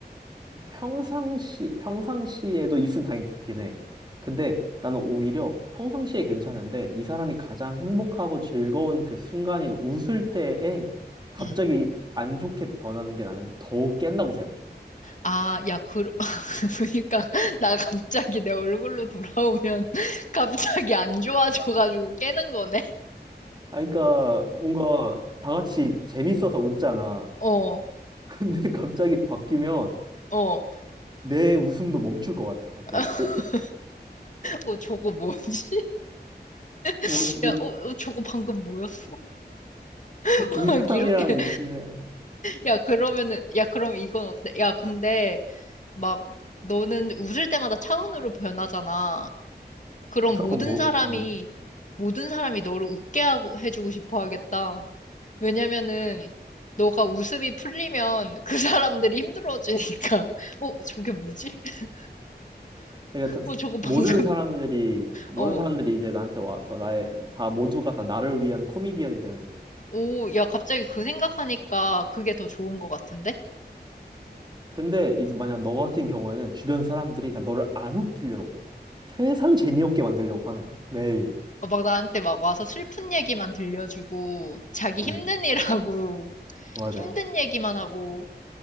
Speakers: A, on the right; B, on the left.
A: 평상시, 평상시에도 있으면 당연히 좋긴 해. 근데 나는 오히려 평상시에 괜찮은데, 이 사람이 가장 행복하고 즐거운 그 순간인 웃을 때에 갑자기
B: 음.
A: 안 좋게 변하는 게 나는 더 깬다고 생각해.
B: 아, 야, 그, <laughs> 그러니까, 나 갑자기 내 얼굴로 돌아오면 <laughs> 갑자기 안 좋아져가지고 깨는 거네?
A: 아, 그러니까 뭔가 다 같이 재밌어서 웃잖아.
B: 어,
A: 근데 <laughs> 갑자기 바뀌면
B: 어.
A: 내 웃음도 멈출 것 같아. 갑자기.
B: <laughs>
A: 어?
B: 어, 저거 뭐지?
A: 뭐,
B: <laughs>
A: 이,
B: 야, 어, 어, 저거 방금 뭐였어? <laughs>
A: 이
B: 막
A: 사람이랑
B: 이렇게,
A: 있으면.
B: 야, 그러면은, 야, 그럼 이건 어때? 야, 근데, 막, 너는 웃을 때마다 차은우로 변하잖아. 그럼
A: <laughs>
B: 모든
A: 어, 뭐,
B: 사람이,
A: 음.
B: 모든 사람이 너를 웃게 하고, 해주고 싶어 하겠다. 왜냐면은 너가 웃음이 풀리면 그 사람들이 힘들어지니까 <laughs> 어 저게 뭐지? <laughs>
A: 그러니까 다-
B: 어 저거 방금
A: 모든 사람들이, 모든
B: 어
A: 사람들이 이제 나한테 와서 나의, 다 모두가 다 나를 위한 코미디언이 되는 거지.
B: 오 야 갑자기 그 생각하니까 그게 더 좋은 것 같은데?
A: 근데 이제 만약 너 같은 경우에는 주변 사람들이 다 너를 안 웃기려고 세상 재미없게 만들려고 하는 거야. 매일.
B: 어, 막 나한테 막 와서 슬픈 얘기만 들려주고 자기
A: 음,
B: 힘든 일하고 <laughs>
A: 맞아.
B: 힘든 얘기만 하고